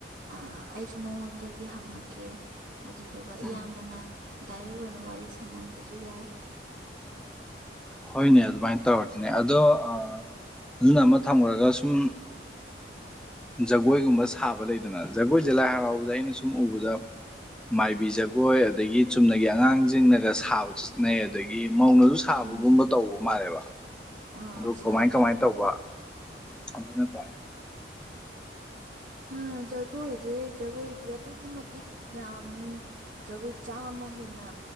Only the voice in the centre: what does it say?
ꯎꯝ
ꯍꯣꯏꯅꯦ ꯑꯗꯨꯃꯥꯏꯅ ꯇꯧꯔꯗꯤꯅꯦ ꯑꯗꯣ ꯑꯗꯨꯅ ꯑꯃ ꯊꯝꯈ꯭ꯔꯒ ꯁꯨꯝ ꯖꯒꯣꯏꯒꯨꯝꯕ ꯁꯥꯕ ꯂꯩꯗꯅ ꯖꯒꯣꯏꯁꯦ ꯂꯥꯏ ꯍꯔꯥꯎꯕꯗ ꯑꯩꯅ ꯁꯨꯝ ꯎꯕꯗ ꯃꯥꯏꯕꯤ ꯖꯒꯣꯏ ꯑꯗꯒꯤ ꯆꯨꯝꯅꯒꯤ ꯑꯉꯥꯡꯁꯤꯡꯅꯒ ꯁꯥꯕ ꯆꯠꯅꯩ ꯑꯗꯒꯤ ꯃꯧꯅꯁꯨ ꯁꯥꯕ
ꯑꯗꯨꯒꯒꯨꯝꯕ ꯇꯧꯕ ꯃꯥꯜꯂꯦꯕ
ꯑꯗꯨ
ꯀꯃꯥꯏ ꯀꯃꯥꯏ
ꯇꯧꯕ ꯑꯗꯨꯅꯀꯣ